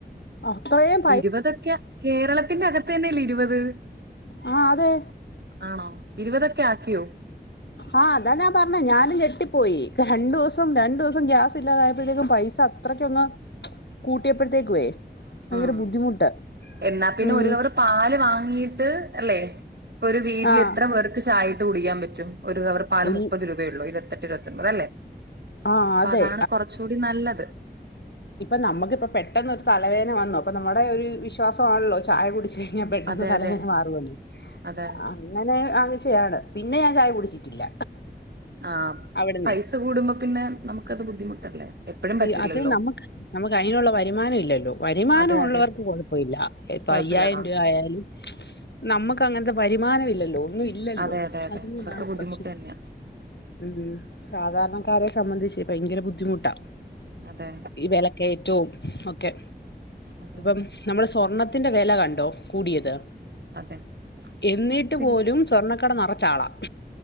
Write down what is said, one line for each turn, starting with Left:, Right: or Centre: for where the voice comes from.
Left: അത്രേയും
Right: ഇരുപതൊക്കെ കേരളത്തിന്റെ അകത്തെന്നെല്ലേ ഇരുപത്
Left: ആഹ് അതെ
Right: ആണോ ഇരുപതൊക്കെ ആക്കിയോ
Left: ആഹ് അതാ ഞാൻ പറഞ്ഞെ ഞാനും ഞെട്ടിപ്പോയി രണ്ടു ദിവസം രണ്ടു ദിവസം ഗ്യാസ് ഇല്ലാതായപ്പത്തേക്കും പൈസ അ അത്രക്ക് അങ്ങ് കൂട്ടിയപ്പഴത്തേക്കു ഭയങ്കര
Right: ഉം
Left: ബുദ്ധിമുട്ട്
Right: എന്നാ പിന്നെ
Left: ഉം
Right: ഒരു കവറ് പാല് വാങ്ങീട്ട് അല്ലേ ഒരു വീട്ടില്
Left: ആഹ്
Right: എത്രപേർക്ക് ചായ ഇട്ട് കുടിക്കാൻ പറ്റും ഒരു കവറ് പാല്
Left: ഇൽ
Right: മുപ്പത് രൂപയൊള്ളൂ ഇരുപത്തെട്ട് ഇരുപത്തൊൻപത് അല്ലേ
Left: ആഹ്
Right: അപ്പ
Left: അതെ
Right: അതാണ് കൊറച്ചൂടിം നല്ലത്
Left: ഇപ്പം നമ്മുക്കിപ്പം പെട്ടെന്നൊരു തലവേദന വന്നു അപ്പൊ നമ്മടെ ഒരു വിശ്വാസവാണല്ലോ ചായ കുടിച്ച് ഴിഞ്ഞാ പെട്ടെന്ന്
Right: അതെ
Left: തലവേദന
Right: അതെ
Left: മാറുവെന്ന്
Right: അതെ
Left: അ അങ്ങനെ വാങ്ങിച്ചയാണ് പിന്നെ ഞാൻ ചായ കുടിച്ചിട്ടില്ല
Right: ആഹ്
Left: അവിടുന്നേ
Right: പൈസ കൂടുമ്പോ പിന്നെ നമുക്കത് ബുദ്ധിമുട്ടല്ലേ എപ്പഴും പറ്റില്ലല്ലോ
Left: ഈ അത് നമക്ക് നമുക്ക് അയിനുള്ള വരുമാനം ഇല്ലല്ലോ വര്മാനം
Right: അതെ
Left: ഉള്ളവർക്ക്
Right: അതെ
Left: കൊഴപ്പയില്ല ഇപ്പ
Right: കൊഴപ്പില്ലടാ
Left: അയ്യായിരം രൂപ ആയാലും നമ്മക്ക് അങ്ങനത്തെ വരുമാനം ഇല്ലല്ലോ ഒന്നും ഇ ഇല്ലല്ലോ
Right: അതെ അതെ അതെ
Left: അതിനിന്നാണ്
Right: അതൊക്കെ ബുദ്ധിമുട്ട്
Left: പ്രശ്നം
Right: തന്നെയാ
Left: ഉം സാധാരണക്കാരെ സംബന്ധിച്ച് ഭയങ്കര ബുദ്ധിമുട്ടാ
Right: അതെ
Left: ഈ വെലക്കയറ്റവും ഒക്കെ
Right: അതെ
Left: ഇപ്പം നമ്മടെ സ്വർണത്തിന്റെ വെല കണ്ടോ കൂടിയത്
Right: അതെ
Left: എന്നിട്ട്
Right: ഇത് പിന്നെ
Left: പോലും സ്വർണ്ണക്കട നെറച്ച് ആളാ